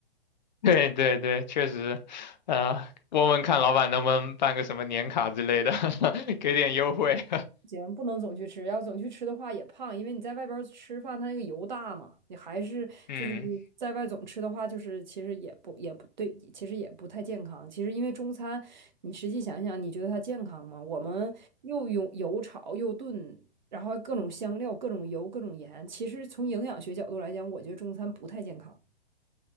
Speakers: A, on the left; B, on the right.
A: <laughs> 对对对，确实，呃，问问看老板能不能办个什么年卡之类的，<laughs> 给点优惠。
B: 行，不能总去吃，要总去吃的话也胖，因为你在外边儿吃饭，它那个油大嘛，你还是就是你在外总吃的话，
A: <laughs> 嗯，
B: 就是其实也不也不对，其实也不太健康。其实因为中餐，你实际想一想，你觉得它健康吗？我们又用油炒又炖，然后各种香料、各种油、各种盐，其实从营养学角度来讲，我觉得中餐不太健康。